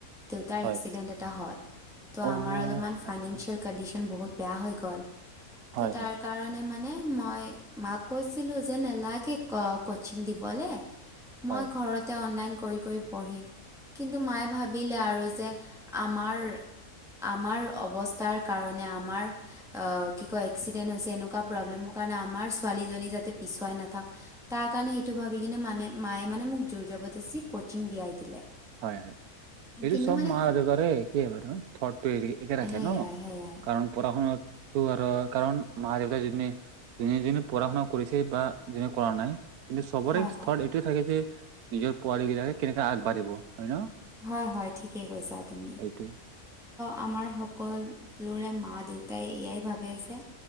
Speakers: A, in the centre; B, on the right (about 80°).
A: দেউতাৰ
B: হয়
A: এক্সিডেন্ট এটা হ'ল ত'
B: অ
A: আমাৰ অলপমান ফাইনে
B: আচ্ছা
A: বহুত বেয়া হৈ গল
B: হয়
A: তাৰ
B: হয়
A: কাৰণে মই মানে মই মাক কৈছিলো যে নেলাগে কচিং দিবলৈ মই
B: হয়
A: ঘৰতে অনলাইন পঢ়িম কিন্তু মায়ে ভাবিলে আৰু যে আমাৰ আমাৰ অৱস্থা কাৰণ আমাৰ কি কয় অ এক্সিডেন্ হৈছে, এনেকুৱা প্ৰব্লেমৰ কাৰণে আমাৰ ছোৱালী তাতে পিছুৱাই নাথওঁ তাৰ কাৰণে সেইটো ভাবি কিনে মানে মায়ে মানে মোক জোৰ জবৰদস্তি কোচিং দিয়াই দিলে।
B: হয় হয় এইটো
A: কিন্তু
B: চব
A: মানে
B: মা যোগাৰে একেই হয় ন থত। হেৰি একে ৰাখে
A: সেয়াই
B: ন
A: সেয়াই
B: কাৰণ পঢ়া শুনাতটো আৰু কাৰণ মা দেউতা যি যোনে যোনে পঢ়া শুনা কৰিছে বা যোনে কৰা নাই কিন্তু চবৰে
A: হয়
B: স্থত
A: হয়
B: এইটোৱে থাকে যে নিজৰ পোৱালী বিলাকে কেনেকে আগবাঢ়িব হয় ন?
A: হয় হয় ঠিকে কৈছা তুমি।
B: এইটোৱে
A: আমাৰ সকলোৰে মা দেউতাই এয়াই ভাবে যে